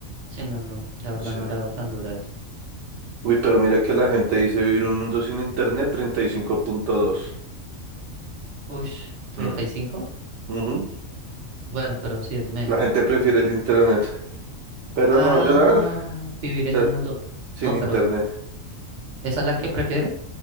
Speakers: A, on the right; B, on the right.
A: Sí, no, no, la verdad
B: Sí.
A: no la veo tan dura eso.
B: Uy, pero mira que la gente dice vivir un mundo sin internet, 35.2.
A: Ush, ¿treinta
B: Mm.
A: y cinco
B: Ujú.
A: Bueno, pero sí es menos.
B: La gente prefiere el internet. Pero
A: Ah,
B: no, yo la verdad,
A: vivir
B: o
A: en
B: sea,
A: un mundo...
B: sin
A: No,
B: internet.
A: pero ¿esa es la que prefieren?